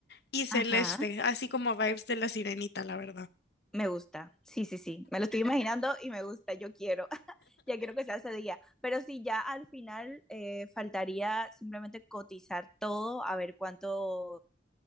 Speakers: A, on the left; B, in the centre.
A: y celeste,
B: Ajá,
A: así como vibes de la sirenita, la verdad.
B: me gusta. Sí, sí, sí. Me lo estoy imaginando y me gusta. Yo quiero. <laughs> Ya quiero que sea ese día. Pero sí, ya al final eh, faltaría simplemente cotizar todo, a ver cuánto,